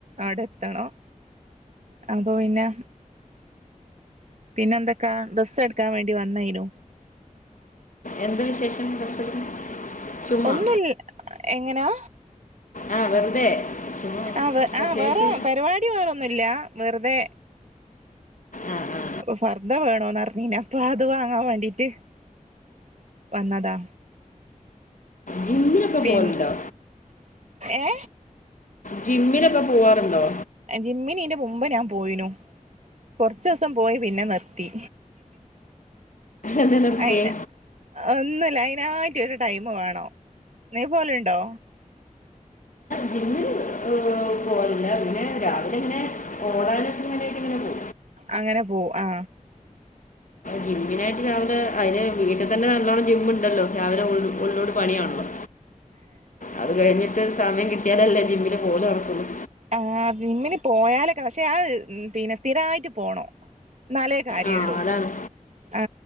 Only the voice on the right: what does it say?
ഔടെത്തണം അപ്പൊ പിന്നെ പിന്നെ എന്തൊക്കാ? ഡ്രസ്സ് എടുക്കാൻ വേണ്ടി വന്നായിനു
ഒന്നുല എങ്ങനാ
ആ വേ
ആ വേറെ പരിപാടി വേറൊന്നുല്ല വെറുതെ
അപ്പൊ ഫർ ദ വേണോന്ന്റിഞ്ഞന അപ്പൊ അത് വാങ്ങാൻ വേണ്ടിട്ട് വന്നതാ
പിൻ
എ
ജിമ്മിനിന്റെ മുമ്പ് ഞാൻ പോയിനു. കുറച്ച ദിവസം പോയി പിന്നെ നിർത്തി.
അയിന ഒന്നുംല്ല അതിനായിട്ട ഒരു ടൈം വേണോ നീ പോലുണ്ടോ?
അങ്ങനെ പോ ആ
ആ ഇമ്മന് പോയാലൊക്കെ പക്ഷെ ആ പിന്നെ സ്ഥിരമായിട്ട് പോണം. എന്നാലേ കാര്യമള്ളൂ
ആ